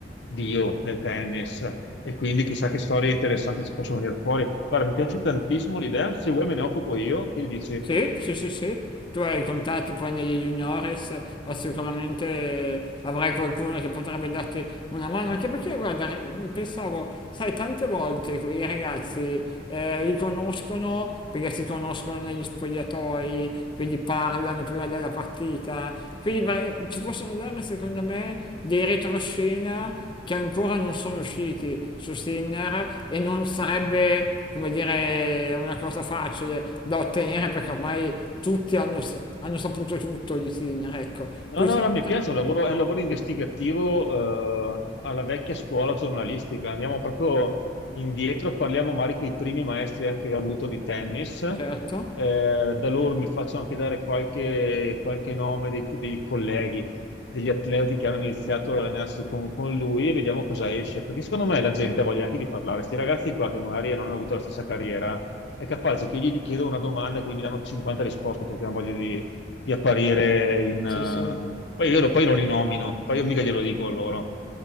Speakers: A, on the left; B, on the left.
A: dio del tennis. E quindi chissà che storie interessanti ci possono venire fuori. Guarda, mi piace tantissimo l'idea, se vuoi me ne occupo io, che gli dici?
B: Sì, sì, sì, sì. Tu hai i contatti poi negli juniores, ma sicuramente eh, avrai qualcuno che potrebbe darti una mano, anche perché guarda, re- pensavo, sai, tante volte i ragazzi eh, li conoscono perché si conoscono negli spogliatoi, quindi parlano prima della partita, quindi ma- ci possono dare secondo me dei retroscena che ancora non sono usciti su Sinner e non sarebbe, come dire, una cosa facile da ottenere perché ormai tutti hanno, hanno saputo tutto di Sinner, ecco.
A: No,
B: Così
A: no, no,
B: potremmo...
A: mi piace, è un lavoro, è un lavoro investigativo, eh, alla vecchia scuola giornalistica. Andiamo proprio indietro, parliamo magari con i primi maestri anche che ho avuto di tennis. Eh,
B: Certo,
A: da loro mi faccio anche dare qualche, qualche nome dei, dei colleghi, degli atleti che hanno iniziato ad allenarsi con, con lui e vediamo cosa esce. Perché secondo me la gente ha voglia anche di parlare. Questi ragazzi qua che magari non hanno avuto la stessa carriera, è capace che io gli chiedo una domanda e quindi mi danno 50 risposte perché hanno voglia di di apparire in...
B: sì,
A: eh,
B: sì.
A: poi io lo- poi non li nomino, poi io mica glielo dico a loro.